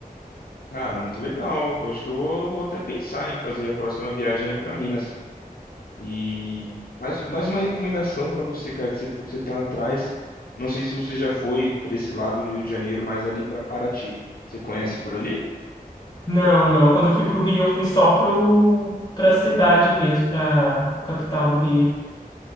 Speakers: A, on the left; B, on the left.
A: Cara, muito legal. Eu acho que eu vou, vou até pensar em fazer a próxima viagem para Minas. E mais, mais uma recomendação pra você, cara, que você falou que você tá atrás. Não sei se você já foi pra esse lado do Rio de Janeiro, mas ali pra Paraty. Você conhece por ali?
B: Não, não. Quando eu fui pro Rio, eu fui só pro, pra cidade mesmo, pra capital do Rio.